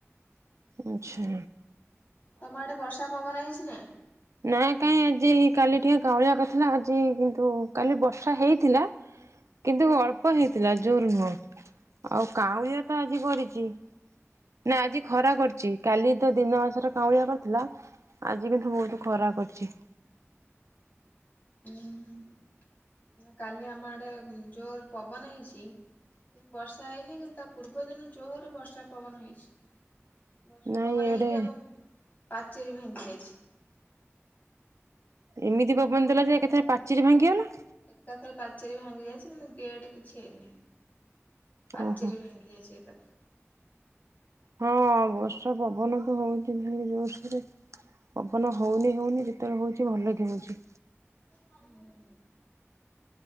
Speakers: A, on the right; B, on the left.
A: ଆଛା।
B: ତମର ଆଡ଼େ ବର୍ଷା ପବନ ହେଇଛି ନା?
A: ନା କାଇଁ ଆଜି କାଲି ଟିକେ କାଉଁଳିଆ ହେଇଥିଲା ଆଜି କିନ୍ତୁ କାଲି ବର୍ଷା ହେଇଥିଲା କିନ୍ତୁ ଅଳ୍ପ ହେଇଥିଲା ଜୋର ନୁହଁ ଆଉ କାଉଁଳିଆ ତ ଆଜି କରିଛି। ନା ଆଜି ଖରା କରିଛି କାଲି ତ ଦିନ ସାରା କାଉଁଳିଆ କରିଥିଲା ଆଜି କିନ୍ତୁ ବହୁତ ଖରା କରିଛି।
B: ହୁଁ, ହୁଁ ନା କାଲି ଆମ ଆଡେ ଜୋର ପବନ ହେଇଛି କିନ୍ତୁ ବର୍ଷା ହେଇନି କିନ୍ତୁ ତା ପୂର୍ବ ଦିନ ଜୋର ବର୍ଷା ପବନ ହେଇଛି। ବର୍ଷା
A: ନାଇଁ
B: ପବନ
A: ଇଆଡେ
B: ହେଇକି ଆମ ପାଚେରୀ ଭାଙ୍ଗି ଯାଇଛି।
A: ଏମିତି ପବନ ଦେଲା ଯେ ଏକାଥରେ ପାଚେରି ଭାଙ୍ଗିଗଲା?
B: ଏକାଥରେ ପାଚେରୀ ଭାଙ୍ଗି ଯାଇଛି କିନ୍ତୁ ଗେଟ୍ କିଛି ହେଇନି ପାଚେରୀ
A: ଓହୋ
B: ଭାଙ୍ଗି ଯାଇଛି ଏକାଥରେ।
A: ହଁ ବର୍ଷା ପବନ ତ ହଉଛି ବହୁ ଜୋରସରେ। ପବନ ହଉନି ହଉନି ଯେତେବେଳେ ହଉଛି ଭଲ କି ହଉଛି।
B: ହୁଁ